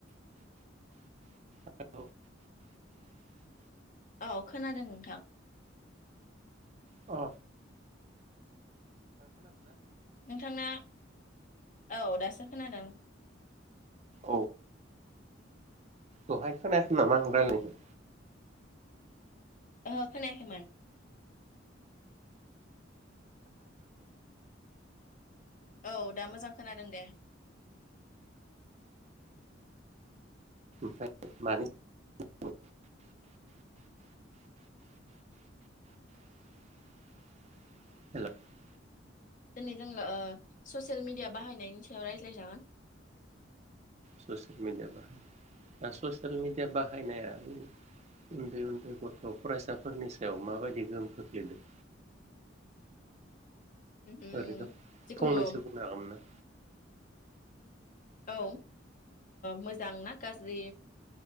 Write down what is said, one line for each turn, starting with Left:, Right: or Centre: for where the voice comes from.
Right: <unintelligible>
Left: औ खोनादों नोंथां
Right: अ
Left: नोंथांना औ दासो खोनादों
Right: औ दहाय खोनायासै नामा आं लारायनायखौ
Left: ओहो खोनायाखैमोन औ दा मोजां खोनादों दे।
Right: ओमफ्राय मानि <unintelligible>
Left: दिनै जोङो ससियेल मिडिया बाहायनायनि सायाव रायज्लायजागोन।
Right: ससियेल मेडिया बाहाय दा ससियेल मेडिया बाहायनाया उन्दै उन्दै गथ फरायसाफोरनि सायाव माबायदि गोहोम खोख्लैदों
Left: उम
Right: ओरैनो
Left: जिखुनु
Right: फंनैसो
Left: औ
Right: बुंनो हागोमोनना
Left: औ मोजांना गाज्रि